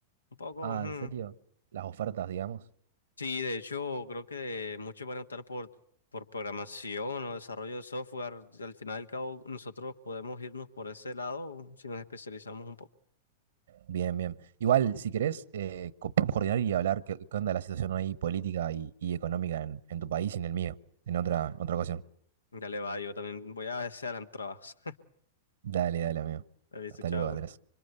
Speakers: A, on the left; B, on the right.
A: Un poco,
B: Ah,
A: ujú.
B: ¿en serio? Las ofertas, digamos.
A: Sí, de hecho, creo que muchos van a optar por, por programación o desarrollo de software. Al final y al cabo, nosotros podemos irnos por ese lado si nos especializamos un poco.
B: Bien, bien. Igual, si querés, eh, co- podemos coordinar y hablar qué, qué onda la situación ahí política y, y económica en, en tu país y en el mío, en otra, en otra ocasión.
A: Dale, va, yo también voy a hacer trabajos.
B: Dale, dale, amigo.
A: <laughs> Listo,
B: Hasta
A: chao.
B: luego, Andrés.